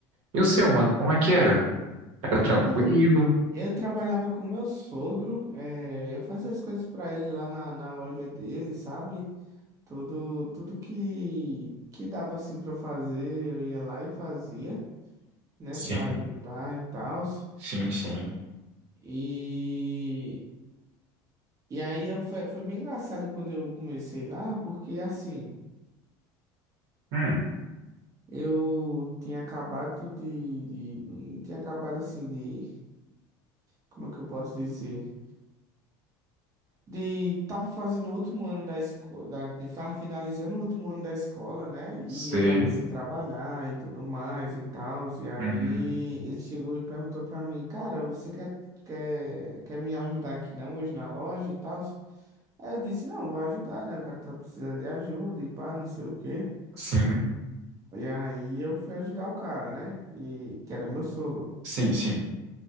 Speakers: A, on the right (about 70°); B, on the right (about 30°).
A: E o seu, mano, como é que era? Era tranquilo?
B: Mano, eu, eu trabalhava com meu sogro, é, eu fazia as coisas pra ele lá na, na loja dele, sabe? Tudo, tudo que, que dava assim pra eu fazer, eu ia lá e fazia, né,
A: Sim,
B: pra ajudar e tal.
A: sim, sim.
B: E, e aí eu, foi, foi bem engraçado quando eu comecei lá, porque assim,
A: Hum,
B: eu tinha acabado de, de, tinha acabado assim de, como é que eu posso dizer? De, tava fazendo o último ano da escola, da, de, tava finalizando o último ano da escola, né? E
A: sei.
B: eu tava sem trabalhar e tudo mais e tal. E aí
A: Uhum.
B: ele chegou e perguntou pra mim, cara, você quer, quer, quer me ajudar aqui não hoje na loja e tal? Aí eu disse, não, vou ajudar, né? O cara tá precisando de ajuda e pá, não sei o quê.
A: Sim,
B: E aí eu fui ajudar o cara, né? E que era meu sogro.
A: sim, sim.